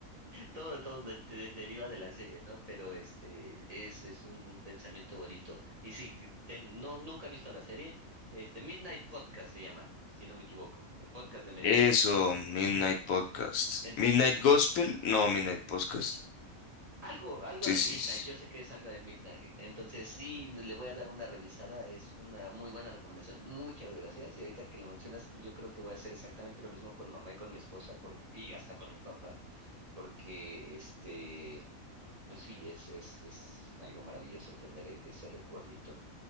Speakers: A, on the right; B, on the left.
A: Todo, todo de- de- deriva de la serie, ¿no? Pero este es, es un, un pensamiento bonito. Y sí, que te- no, nunca he visto la serie. Este, Midnight Podcast se llama, si no me equivoco. el podcast de medianoche.
B: Eso, Midnight Podcast.
A: Entonces,
B: Midnight Gospel, no, Midnight Podcast.
A: algo, algo
B: Sí,
A: de
B: sí,
A: Midnight.
B: sí.
A: Yo sé que es algo de Midnight. Entonces, sí, le voy a dar una revisada. Es una muy buena recomendación. Muchas gracias. Y ahorita que lo mencionas, pues yo creo que voy a hacer exactamente lo mismo con mamá y con mi esposa por, y hasta con mi papá. Porque este. Pero sí, es, es, es algo maravilloso tener e- ese recuerdito.